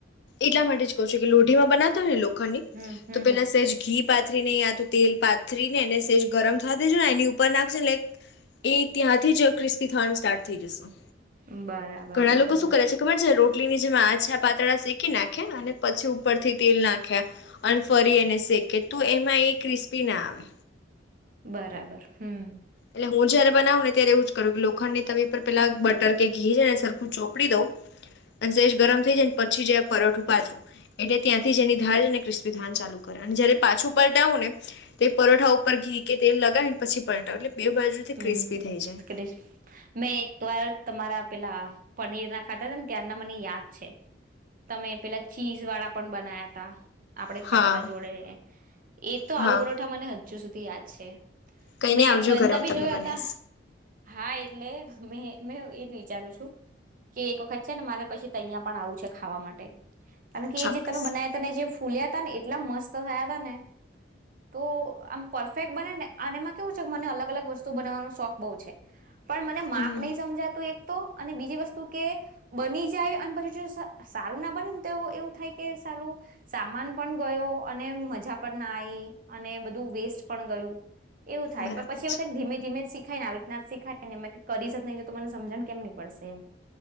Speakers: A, on the left; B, on the right.
A: એટલા માટે જ કહ છું કે, લોઢીમાં બનાવતા હોય ને લો
B: હમ હમ
A: તો પેલા સેજ ઘી પાથરીને, યાતો તેલ પાથરીને, એને સેજ ગરમ થવા દેજો ને એની ઉપર નાખ એટલે એ ત્યાંથી જ ક્રિસ્પી થવાનું સ્ટાર્ટ થઈ જશે.
B: હમ બરાબર
A: ઘણા
B: બરાબર
A: લોકો શું કરે છે ખબર છે, રોટલીની જેમ આ જ પાતળા શેક નાખે અને પછી ઉપરથી તેલ નાખ્યા અને ફરી એને શેકે તો, એમાં એ ક્રિસ્પી ના આવે.
B: બરાબર, ! હમ. !
A: એટલે હું જયારે બનાવું ને, ત્યારે એવું જ કરું લોખંડ ની તવી પર પેલા બટર કે ઘી છે ને સરખું ચોપડી દઉં અને સેજ ગરમ થઈ જાય--. પછી જે પરોઠું પાથરું. એટલે ત્યાંથી જેની ધાર ને ક્રિસ્પી ધાન ચાલુ કરે, અને જયારે પાછું પલટાવું ને તે પરોઠા ઉપર ઘી કે તેલ લગાવીને પછી પલટાવું એટલે બે બાજુથી
B: હમ,
A: ક્રિસ્પી થઈ જાય.
B: કરીશ. મેં એક વાર તમારા પેલા પનીર ના ખાતા હતા ને, ત્યારના મને યાદ છે. તમે, પેલા ચીઝ વાળા પણ બનાયા તા. આપડે
A: હા
B: ખાતા તા જોડે એ તો
A: હા
B: આલુ પરોઠા મને. હજુ સુધી યાદ છે.
A: કઈ નઈ
B: મેં
A: આવજો
B: બનતા
A: ઘરે હું
B: બી
A: તમને
B: જોયા
A: બનાવીશ
B: તા. હા એટલે મે મે એ. વિચારું છું કે, એક વખત છે ને મારે પછી ત. પણ આવું છે ખાવા માટે. કારણ કે
A: ચોક્કસ
B: જે, તમે બનાય તને જે. ફૂલ્યા તા ને એટલા મસ્ત થયા તા. ને તો આમ પરફેક્ટ બને ને અને એમાં કેવું છે, મને અલગ અલગ વસ્તુ બનાવવાનો શોખ બહુ છે. પણ, મને માપ
A: હમ
B: નહી સમજાતું એક. તો, અને બીજી વસ્તુ કે, બની જાય અને પછી. સારું ના બને ને તો એવું થાય કે, સારું સામાન પણ ગયો, અને મજા પણ ના આવીઈ અને બધ. વેસ્ટ પણ ગયું એવું થાય.
A: બરાબર
B: પણ પછી
A: છે.
B: એવું થાય ધીમે ધીમે સીખ થાય ને આવી રીતના ના શીખાય ને, એ કરીશ જ નહીં તો મને સમજણ કેમ નહી પડશે એમ.